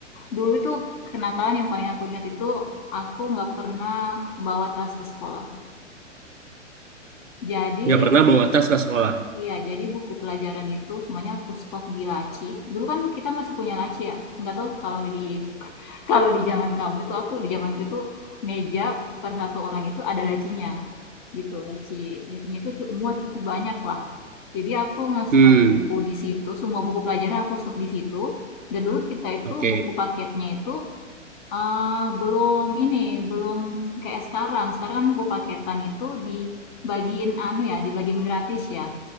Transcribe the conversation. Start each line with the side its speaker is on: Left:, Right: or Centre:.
Left: dulu itu kenakalan yang paling aku ingat itu aku nggak pernah bawa tas ke sekolah. Jadi
Right: Nggak pernah bawa tas ke sekolah.
Left: Iya, jadi buku pelajaran itu semuanya aku stok di laci. Dulu kan kita masih punya laci ya. Enggak tahu kalau di <laughs> kalau di zaman kamu itu aku di zamanku itu meja per satu orang itu ada lacinya. Gitu, laci. Lacinya itu cu- muat cukup banyak lah. Jadi aku ngestok
Right: Hmm,
Left: buku di situ, semua buku pelajaran aku stok di situ. Dan dulu kita itu
Right: oke,
Left: buku paketnya itu eh, belum ini, belum kayak sekarang. Sekarang kan buku paketan itu dibagiin anu ya, dibagiin gratis ya